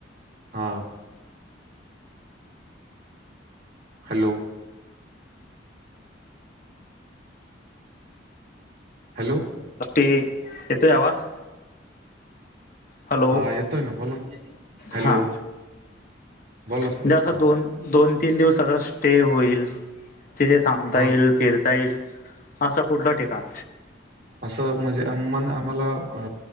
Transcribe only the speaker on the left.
ते येतोय आवाज? हॅलो
हा
म्हणजे
असं
दोन दोन तीन दिवसचा स्टे होईल. तिथे थांबता
येईल फिरता येईल असं कुठलं ठिकाण?